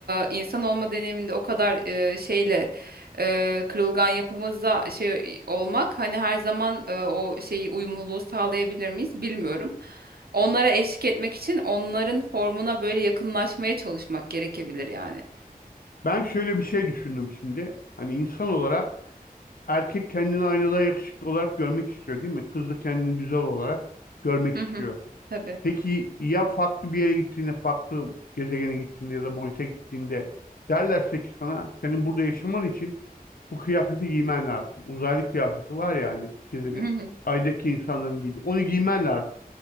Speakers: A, on the right (about 80°); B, on the left (about 70°).
A: e, insan olma deneyiminde o kadar e, şeyle e, kırılgan yapımızda şey olmak hani her zaman e, o şeyi uyumluluğu sağlayabilir miyiz bilmiyorum. Onlara eşlik etmek için onların formuna böyle yakınlaşmaya çalışmak gerekebilir yani.
B: Ben şöyle bir şey düşündüm şimdi. Hani insan olarak erkek kendini aynada yakışıklı olarak görmek istiyor değil mi? Kız da kendini güzel olarak görmek
A: Hı
B: istiyor.
A: hı. Tabii.
B: Peki ya farklı bir yere gittiğinde, farklı gezegene gittiğinde ya da boyuta gittiğinde derlerse ki sana senin burada yaşaman için bu kıyafeti giymen lazım. Uzaylı kıyafeti var ya hani gezegen,
A: Hı hı.
B: aydaki insanların giydiği. Onu giymen lazım